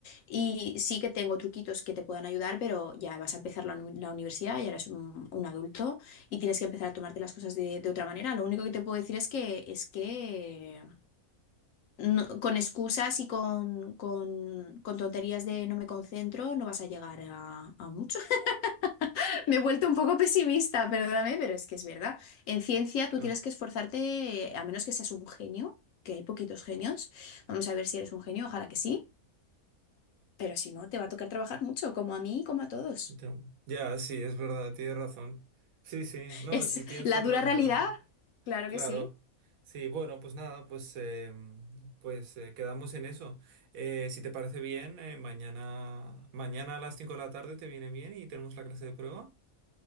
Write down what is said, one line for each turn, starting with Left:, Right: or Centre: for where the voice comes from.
Left: Y sí que tengo truquitos que te puedan ayudar, pero ya vas a empezar la, uni- la universidad, ya eres un, un adulto y tienes que empezar a tomarte las cosas de, de otra manera. Lo único que te puedo decir es que, es que no- con excusas y con, con- con tonterías de no me concentro no vas a llegar a, a mucho. <laughs> Me he vuelto un poco pesimista, perdóname, pero es que es verdad. En ciencia tú
Right: Ah,
Left: tienes que esforzarte, a menos que seas un genio, que hay poquitos genios. Vamos a ver si eres un genio, ojalá que sí. Pero si no, te va a tocar trabajar mucho, como a mí y como a todos.
Right: ya, ya, sí, es verdad, tienes razón. Sí, sí, no,
Left: Es
Right: sí, tienes
Left: la
Right: totalmente
Left: dura realidad.
Right: razón.
Left: Claro
Right: Claro.
Left: que sí.
Right: Sí, bueno, pues nada, pues, eh, pues eh, quedamos en eso. Eh, si te parece bien, eh, mañana, mañana a las 5 de la tarde te viene bien y tenemos la clase de prueba.